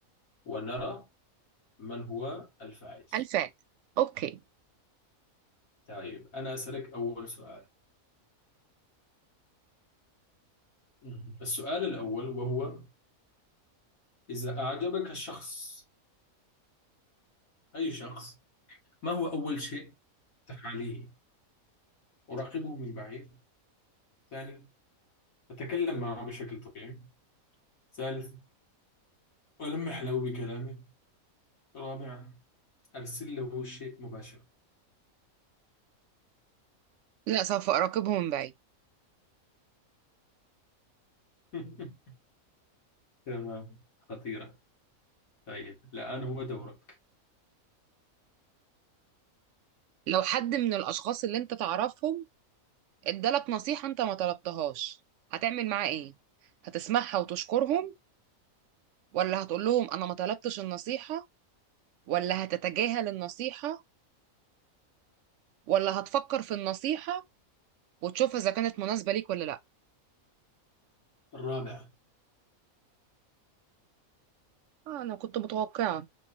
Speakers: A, on the left (about 75°); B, on the right (about 65°).
A: ونرى من هو الفائز
B: ألفان أوكي
A: طيب أنا أسألك أول سؤال مم. السؤال الأول وهو إذا أعجبك الشخص أي شخص ما هو أول شيء تفعليه أراقبه من بعيد ثاني أتكلم معه بشكل طبيعي ثالث ألمح له بكلامي رابعا أرسل له الشيء مباشرة
B: لا سوف أراقبهم من بعيد
A: <laughs> تمام خطيرة طيب الآن هو دورك
B: لو حد من الأشخاص اللي أنت تعرفهم ادالك نصيحة أنت ما طلبتهاش هتعمل معاه إيه؟ هتسمعها وتشكرهم ولا هتقول لهم أنا ما طلبتش النصيحة ولا هتتجاهل النصيحة ولا هتفكر في النصيحة وتشوف إذا كانت مناسبة ليك ولا لأ؟
A: الرابع
B: آه، أنا كنت متوقعة